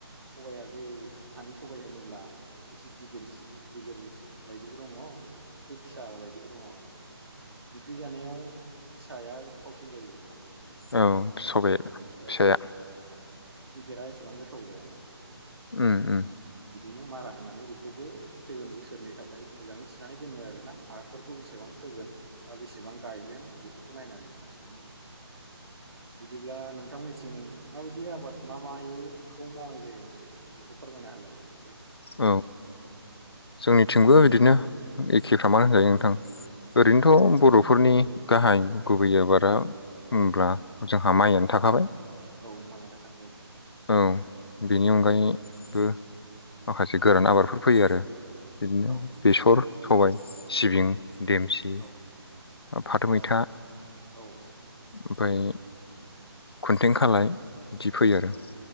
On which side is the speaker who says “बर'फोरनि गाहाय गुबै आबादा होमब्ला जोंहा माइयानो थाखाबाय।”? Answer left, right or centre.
Left